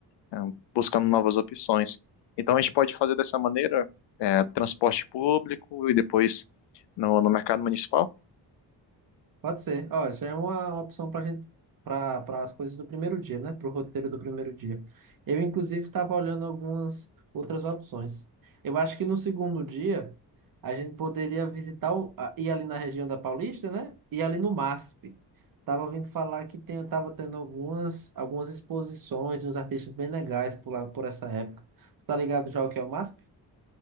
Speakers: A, on the left; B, on the right.
A: é, buscando novas opções. Então a gente pode fazer dessa maneira é, transporte público e depois no, no mercado municipal?
B: Pode ser. Ó, isso é uma uma opção para gente, para para as coisas do primeiro dia, né? Para o roteiro do primeiro dia. Eu, inclusive, estava olhando algumas outras opções. Eu acho que no segundo dia a gente poderia visitar o, a- ir ali na região da Paulista, né? E ali no MASP. Tava ouvindo falar que tem, tava tendo algumas algumas exposições de uns artistas bem legais por lá, por essa época. Tu Tá ligado já o que é o MASP?